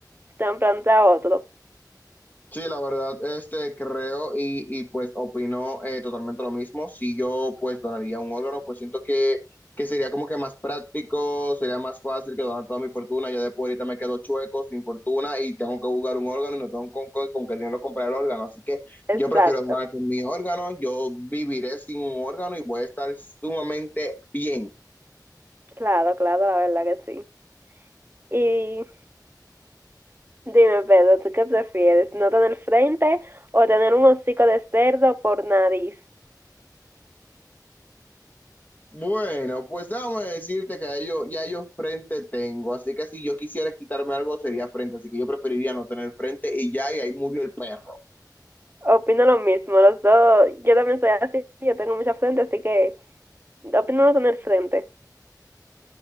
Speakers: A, on the right; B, on the left.
A: trasplantar otro.
B: Sí, la verdad, este, creo y, y, pues opino eh, totalmente lo mismo. Si yo pues donaría un órgano, pues siento que, que sería como que más práctico, sería más fácil que donar toda mi fortuna. Ya después ahorita me quedo chueco, sin fortuna y tengo que buscar un órgano y no tengo con, con, con qué dinero comprar el órgano. Así que
A: Exacto,
B: yo prefiero donar con mi órgano, yo viviré sin un órgano y voy a estar sumamente bien.
A: claro, claro, la verdad que sí. Y dime, Pedro, ¿tú qué prefieres? ¿No tener frente o tener un hocico de cerdo por nariz?
B: Bueno, pues déjame decirte que ya yo, ya yo frente tengo, así que si yo quisiera quitarme algo sería frente, así que yo preferiría no tener frente y ya, y ahí murió el perro.
A: Opino lo mismo, los dos. Yo también soy así, yo tengo mucha frente, así que opino no tener frente.